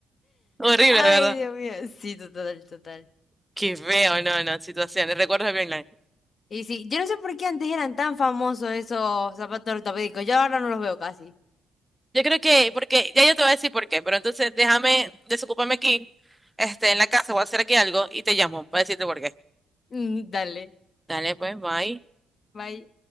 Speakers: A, in the centre; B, on the left (about 50°).
A: Horrible,
B: Ay,
A: ¿verdad?
B: Dios mío. Sí, total, total.
A: Qué feo, no, no, situaciones, recuerdos bien nice.
B: Y sí, yo no sé por qué antes eran tan famosos esos zapatos ortopédicos. Yo ahora no los veo casi. <laughs>
A: Yo creo que, porque, ya yo te voy a decir por qué, pero entonces déjame, desocúpame aquí, este, en la casa, voy a hacer aquí algo y te llamo para decirte por qué.
B: Mm, Dale.
A: Dale, pues, bye.
B: Bye.